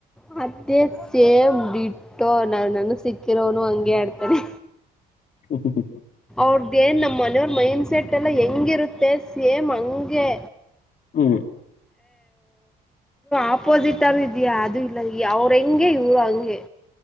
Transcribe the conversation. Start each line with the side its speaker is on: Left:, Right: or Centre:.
Centre: ಮತ್ತೇ ಸೇಮ್ ಡಿಟ್ಟು ನ ನನಗೆ ಸಿಕ್ಕಿರೋನು ಹಂಗೆ ಆಡ್ತಾನೇ
Left: ಹ್ ಹ ಹ್
Centre: ಅವ್ರ್ದೇನ್ ನಮ್ಮ ಮನೆಯವ್ರ ಮೈಂಡ್ಸೆಟ್ ಎಲ್ಲ ಹೆಂಗಿರುತ್ತೆ ಸೇಮ್ ಹಂಗೆ
Left: ಹ್ಮ್
Centre: ಆಪೋಸಿಟ್ರು ಇದ್ಯಾ ಅದು ಇಲ್ಲ ಅವ್ರ ಹೆಂಗೆ ಇವ್ರು ಹಂಗೆ